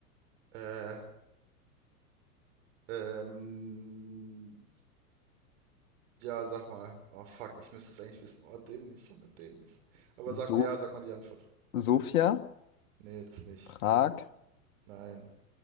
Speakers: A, on the right; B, on the left.
A: Äh, ähm, ja, sag mal. Oh fuck, ich müsste es eigentlich wissen. Oh, dämlich, Junge, dämlich. Aber
B: So
A: sag mal, ja, sag mal die Antwort.
B: Sofia,
A: Nee, das nicht.
B: Prag,
A: Nein.